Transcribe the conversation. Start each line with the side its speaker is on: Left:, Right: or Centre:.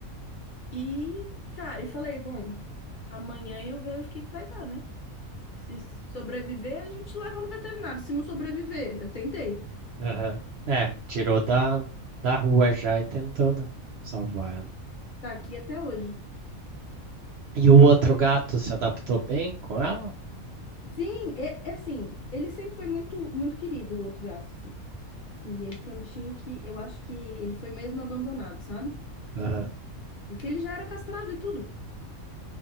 Left: E, cara, e falei, bom, amanhã eu vejo o que que vai dar, né? Se sobreviver, a gente leva no veterinário. Se não sobreviver, eu tentei.
Right: Aham. É, tirou da, da rua já e tentou, né? Salvar ela.
Left: Tá aqui até hoje.
Right: E o outro gato se adaptou bem com ela?
Left: Sim, é, é assim, ele sempre foi muito, muito querido, o outro gato, assim. E ele foi um bichinho que eu acho que ele foi mesmo abandonado, sabe?
Right: Aham.
Left: Porque ele já era castrado e tudo.